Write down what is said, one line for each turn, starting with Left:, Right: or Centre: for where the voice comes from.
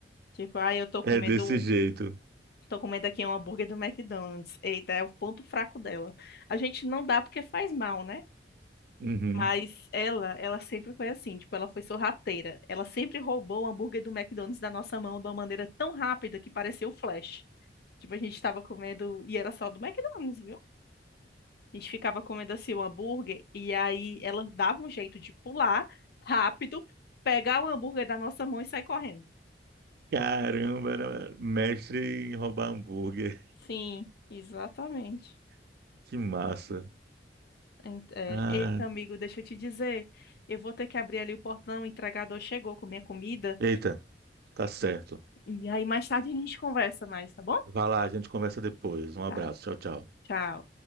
Left: Tipo, ah, eu tô
Right: É
Left: comendo,
Right: desse jeito.
Left: tô comendo aqui um hambúrguer do McDonald's. Eita, é o ponto fraco dela. A gente não dá porque faz mal, né?
Right: Uhum.
Left: Mas ela, ela sempre foi assim, tipo, ela foi sorrateira. Ela sempre roubou o hambúrguer do McDonald's da nossa mão de uma maneira tão rápida que parecia o Flash. Tipo, a gente tava comendo, e era só do McDonald's, viu? A gente ficava comendo assim o hambúrguer, e aí ela dava um jeito de pular rápido, pegar o hambúrguer da nossa mão e sair correndo.
Right: Caramba, era mestre em roubar hambúrguer.
Left: Sim, exatamente.
Right: <laughs> Que massa.
Left: Ent- é,
Right: Ah,
Left: eita, amigo, deixa eu te dizer, eu vou ter que abrir ali o portão, o entregador chegou com minha comida,
Right: eita, tá certo.
Left: e aí mais tarde a gente conversa mais, tá bom?
Right: Vai lá, a gente conversa depois. Um abraço,
Left: Tá,
Right: tchau, tchau.
Left: tchau.